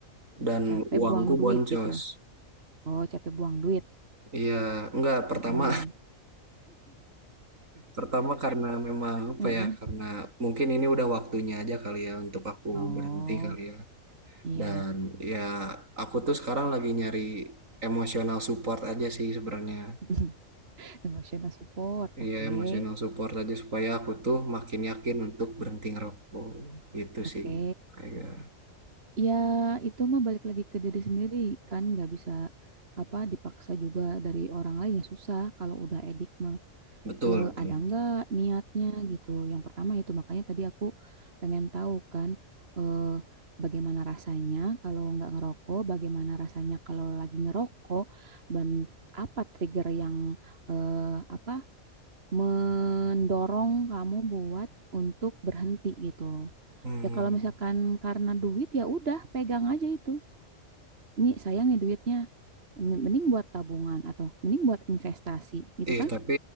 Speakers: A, on the right; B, on the right.
A: dan
B: Capek
A: uangku
B: buang duit
A: boncos
B: gitu. Oh, capek buang duit.
A: iya nggak pertama
B: Mm-mm.
A: Pertama karena memang apa
B: <laughs>
A: ya, karena mungkin ini udah waktunya aja kali ya untuk aku
B: Oh,
A: berhenti kali ya.
B: iya.
A: Dan ya aku tuh sekarang lagi nyari emosional support aja sih sebenarnya.
B: <laughs> Emotional support.
A: Iya
B: Oke.
A: emosional support aja supaya aku tuh makin yakin untuk berhenti ngerokok gitu
B: Oke.
A: sih. Kayak
B: Ya, itu mah balik lagi ke diri sendiri kan nggak bisa apa dipaksa juga dari orang lain ya susah kalau udah edik mah
A: betul
B: Eh,
A: betul.
B: ada
A: betul.
B: nggak niatnya gitu. Yang pertama itu makanya tadi aku pengen tahu kan eh, bagaimana rasanya kalau nggak ngerokok, bagaimana rasanya kalau lagi ngerokok dan apa trigger yang eh, apa mendorong kamu buat untuk berhenti gitu.
A: Hmm.
B: Ya kalau misalkan karena duit ya udah pegang aja itu. Nih sayang nih duitnya, M- mending buat tabungan atau mending buat investasi gitu
A: Ih,
B: kan?
A: tapi